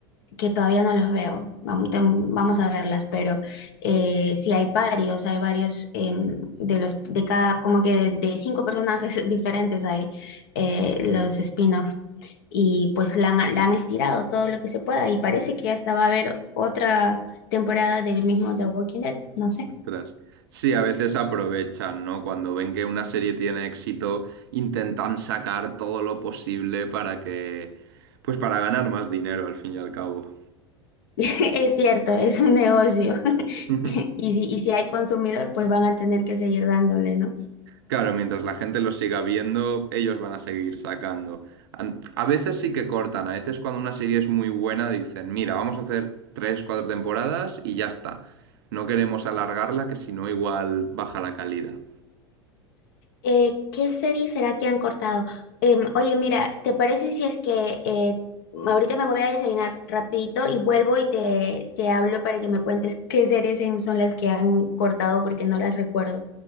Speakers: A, on the left; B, on the right.
A: que todavía no los veo. Vamos, ten- vamos a verlas, pero eh, sí hay varios, hay varios em, de los de cada como que de, de cinco personajes <laughs> diferentes hay eh, los spin-off y pues la han, la han estirado todo lo que se pueda y parece que hasta va a haber otra temporada del mismo The Walking Dead. No sé.
B: ostras. Sí, a veces aprovechan, ¿no? Cuando ven que una serie tiene éxito, intentan sacar todo lo posible para que, pues para ganar más dinero al fin y al cabo.
A: <laughs> Es cierto, es un negocio. <laughs>
B: <laughs>
A: Y si, y si hay consumidor, pues van a tener que seguir dándole, ¿no?
B: Claro, mientras la gente los siga viendo, ellos van a seguir sacando. An- A veces sí que cortan, a veces cuando una serie es muy buena dicen, mira, vamos a hacer tres, cuatro temporadas y ya está. No queremos alargarla, que si no igual baja la calidad.
A: Eh, ¿qué serie será que han cortado? Em, oye, mira, ¿te parece si es que eh, ahorita me voy a desayunar rapidito y vuelvo y te, te hablo para que me cuentes qué series en- son las que han cortado porque no las recuerdo?